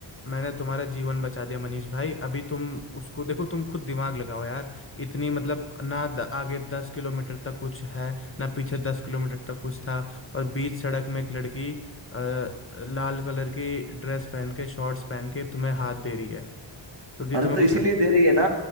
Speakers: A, on the left; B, on the right.
A: मैंने तुम्हारा जीवन बचा दिया मनीष भाई अभी तुम उसको देखो तुम खुद दिमाग लगाओ यार इतनी मतलब ना द, आगे दस किलोमीटर तक कुछ है ना पीछे दस किलोमीटर तक कुछ था और बीच सड़क में एक लड़की आ, लाल कलर की ड्रेस पहन के शॉर्ट्स पहन के तुम्हें हाथ दे रही है तो ये
B: अरे
A: तुम्हें
B: तो इसीलिए
A: कुछ
B: दे रही है ना